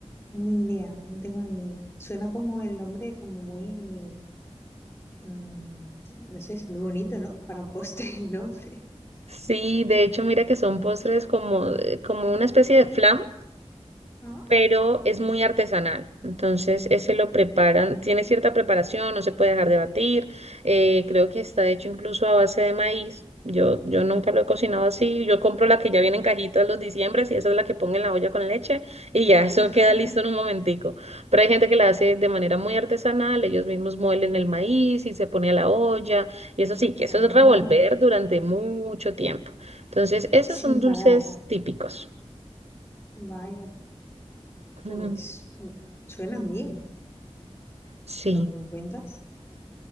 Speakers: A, on the left (about 25°); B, on the right (about 70°).
A: Ni idea, no tengo ni idea. Suena como el nombre, como muy... mm, no sé, es muy bonito, ¿no? Para un postre <laughs> el nombre.
B: Sí, de hecho, mira que son postres como, eh, como una especie de flan
A: Ah,
B: pero es muy artesanal. Entonces, ese lo preparan, tiene cierta preparación, no se puede dejar de batir. eh, creo que está hecho incluso a base de maíz. Yo, yo nunca lo he cocinado así. Yo compro la que ya viene en cajitas los diciembres y esa es la que pongo en la olla con leche y ya <laughs> eso
A: <laughs>
B: queda listo en un momentico. Pero hay gente que la hace de manera muy artesanal, ellos mismos muelen el maíz y se pone a la olla y eso sí, que eso
A: Ah,
B: es revolver durante mucho tiempo. Entonces, esos
A: sin
B: son dulces
A: parar.
B: típicos.
A: Vaya,
B: <laughs>
A: pues
B: Ujú.
A: mm, suenan bien,
B: Sí.
A: por lo que me cuentas.